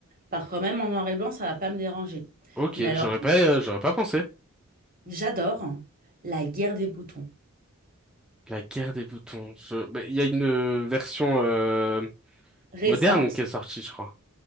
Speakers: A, on the right; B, in the centre.
A: Parfois même en noir et blanc, ça va pas me déranger.
B: Ok,
A: Mais alors,
B: j'aurais pas, euh, j'aurais pas pensé.
A: j'adore La guerre des boutons.
B: La guerre des boutons. Je... ben, Il y a une euh, version euh,
A: Récente.
B: moderne qui est sortie, je crois.